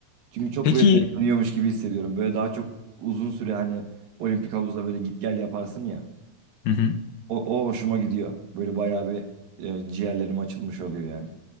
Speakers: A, on the right (about 80°); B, on the left (about 85°).
A: Çünkü çok
B: Peki
A: böyle tepkileniyormuş gibi hissediyorum. Böyle daha çok uzun süre hani olimpik havuzda böyle git gel yaparsın ya.
B: hı hı.
A: O, o hoşuma gidiyor. Böyle bayağı bir e, ciğerlerim açılmış oluyor yani.